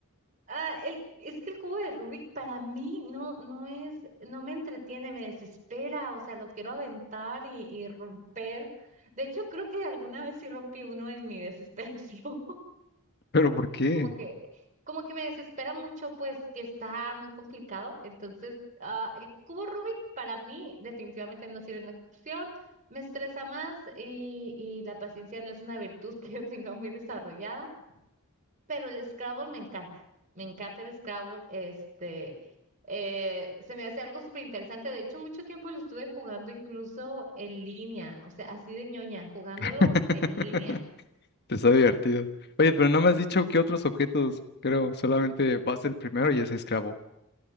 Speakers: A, on the right; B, on the left.
A: Ah, el, es que el cubo de Rubik para mí no, no es, no me entretiene, me desespera, o sea, lo quiero aventar y, y romper. De hecho, creo que alguna vez sí rompí uno en mi desesperación. <laughs>
B: ¿Pero por qué?
A: Como que, como que me desespera mucho, pues, que está muy complicado. Entonces, ah, el cubo Rubik para mí definitivamente no sirve una opción. Me estresa más y, y la paciencia no es una virtud <laughs> que yo tenga muy desarrollada pero el Scrabble me encanta. Me encanta el Scrabble. Este, eh, se me hace algo súper interesante. De hecho, mucho tiempo lo estuve jugando incluso en línea, o sea, así de ñoña, jugándolo
B: <laughs>
A: en línea.
B: Está divertido. Oye, pero no me has dicho qué otros objetos, creo, solamente vas el primero y es esclavo.